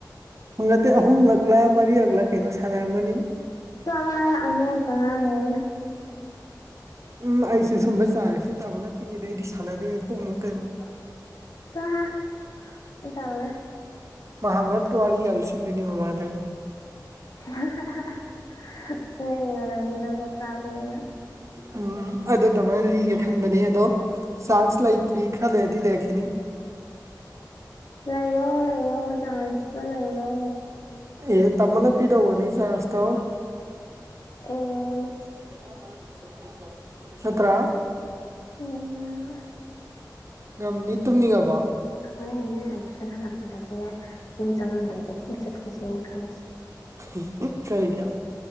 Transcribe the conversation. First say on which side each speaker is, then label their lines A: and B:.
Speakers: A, on the right (about 45°); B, on the left (about 55°).
A: ꯍꯨꯡ ꯅꯠꯇꯦ ꯑꯍꯨꯝꯂꯛꯂꯥ ꯃꯔꯤꯔꯛꯂꯥ ꯀꯩꯅꯣ ꯁꯥꯟꯅꯔꯝꯃꯅꯤ
B: ꯆꯠꯂꯣꯍꯦ ꯑꯅꯤꯔꯛꯇꯪ ꯉꯥꯢꯔꯝꯒꯤꯅꯤ
A: ꯎꯝ ꯑꯩꯁꯨ ꯁꯨꯝꯕ ꯆꯥꯟꯁꯨ ꯇꯥꯃꯣꯅ ꯄꯤꯔꯗꯤ ꯑꯩꯗꯤ ꯁꯥꯟꯅꯗꯣꯏꯅꯦ ꯄꯨꯡꯃꯨꯛ ꯀꯩꯃꯨꯛ꯫
B: ꯆꯠꯂꯣꯍꯦ ꯑꯩ ꯇꯜꯂꯦ
A: ꯃꯍꯥꯛ ꯚꯥꯔꯠꯀ ꯋꯥꯔꯤꯒ ꯂꯤꯁꯤꯟꯗꯣꯏꯅꯦꯕꯥ ꯃꯗꯤ꯫
B: <unintelligible> ꯂꯤꯌꯣ ꯅꯪꯗꯤ ꯅꯀꯣꯛ ꯆꯥꯛꯄꯅꯤꯅꯥ꯫
A: ꯎꯝ ꯑꯗꯨꯗꯃꯥꯏꯅ ꯂꯤꯒꯦ ꯈꯟꯕꯅꯤ ꯑꯗꯣ ꯆꯥꯟꯁ ꯂꯩꯇ꯭ꯔꯤ ꯈꯔ ꯂꯩꯔꯗꯤ ꯂꯩꯔꯛꯈꯤꯅꯤ꯫
B: ꯂꯩꯌꯣ - ꯂꯩꯌꯣ ꯆꯥꯟꯁꯨ ꯗ ꯂꯩꯌꯣ꯫
A: ꯑꯦ ꯇꯃꯣꯅ ꯄꯤꯗꯧꯕꯅꯤ ꯆꯥꯟꯁ ꯇꯣ ꯫
B: ꯑꯦ
A: <unintelligible>
B: <unintelligible>
A: ꯉꯝꯅꯤ ꯇꯨꯝꯅꯤꯡꯉꯕꯣ
B: ꯍꯣꯏꯦꯅꯦ ꯇꯨꯏꯁꯟ ꯍꯜꯂꯛꯄꯗꯒꯤꯅꯦ ꯅꯪ ꯆꯪꯉꯝꯗꯕꯤꯗ ꯑꯗꯨꯝ ꯆꯠꯀꯦꯁꯤꯅꯦꯅ ꯈꯜꯂꯤꯁꯦ
A: <unintelligible>